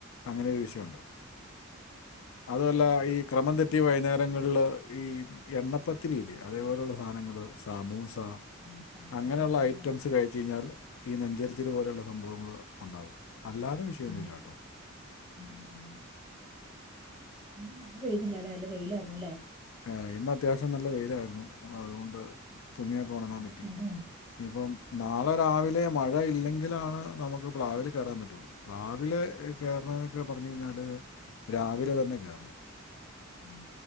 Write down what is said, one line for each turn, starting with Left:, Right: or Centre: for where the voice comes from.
Left: അങ്ങനെ ഒരു വിഷയുണ്ടാവും അതു അല്ലാ ഈ ക്രമം തെറ്റി വൈന്നേരങ്ങളില് ഈ എണ്ണപ്പത്തിരിയില്ലേ അതേപോലെയുള്ള സാനങ്ങള് സാമൂസ
Right: ആ ചായക്കട
Left: അങ്ങനെയുള്ള
Right: കൊണ്ടന്നല്ലേ
Left: ഐ ത് കഴിച്ചഴിഞ്ഞാൽ ഈ നെഞ്ചരിച്ചില് പോലെയുള്ള സംഭവങ്ങൾ ഉണ്ടാവും അല്ലാതെ വിഷയൊന്നുല്ലാട്ടോ
Right: ആ ഉം ഉം ഇന്ന് മഴ പെയ്തില്ലലേ നല്ല വെയിലായിര്ന്നല്ലേ
Left: എഹ് ഇന്ന് അത്യാവശ്യം നല്ല വെയിലായിരുന്നു അതുകൊണ്ട് തുണിയൊക്കെ ഒണങ്ങാൻ പറ്റി
Right: ചൂടുണ്ട്
Left: ഇനിഇപ്പം നാളെ രാവിലെ മഴ ഇല്ലെങ്കിലാണ് നമുക്ക് പ്ലാവില് കേറാൻ പറ്റുള്ളൂ പ്ലാവില് കേറണം ന്നൊക്കെ പറഞ്ഞു കഴിഞ്ഞാല് രാവിലെ തന്നെ കേറണം
Right: ഉം